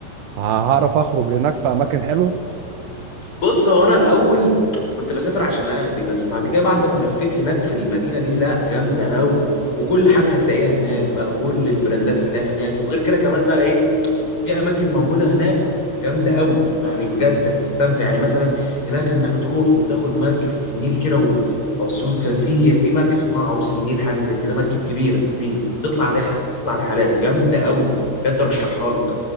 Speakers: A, on the right; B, on the left.
A: هعرف اخرج هناك في اماكن حلوه
B: بص هو انا الاول كنت بسافر عشان اهلي بس بعد كده بعد ما لفيت هناك في المدينه دي لا جامده قوي وكل حاجه هتلاقيها هناك بقى كل البراندات هتلاقيها هناك وغير كده كمان بقى ايه في اماكن موجوده هناك جامده قوي يعني بجد هتستمتع يعني مثلا هناك انك تروح وتاخد مركب في النيل كده و- في اسيوط كانت في في مركب اسمها عروس النيل حاجه زي كده مركب كبيره سفينه تطلع رحله تطلع رحلات جامده قوي بجد ارشحها لك